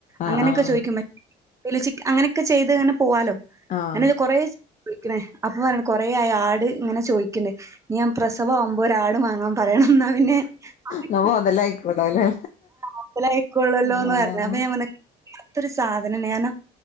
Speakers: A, on the left (about 45°); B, on the right (about 15°).
A: ആഹ്
B: അങ്ങനെയൊക്കെ
A: ആഹ്
B: ചോയിക്കും <unintelligible> അങ്ങനെയൊക്കെ ചെയ്ത് അങ്ങനെ പോവാലോ
A: ആഹ്
B: അങ്ങനെ കൊറേ വിളിക്കണേ അപ്പൊ പറ കൊറേ ആയി ആട് ഇങ്ങനെ ചോദിക്കണ് ഇഞ്ഞു ഞാൻ പ്രസവ ആവുമ്പോ ഒരാട് വാങ്ങാം പറയണം എന്നാ പിന്നെ ആഹ് <unintelligible>
A: ന്നാ മൊതലായിക്കോളും അല്ലേ
B: അപ്പൊ ഞാൻ
A: ആഹ്
B: പറഞ്ഞു വല്ലാത്തൊരു സാധനം ഞാന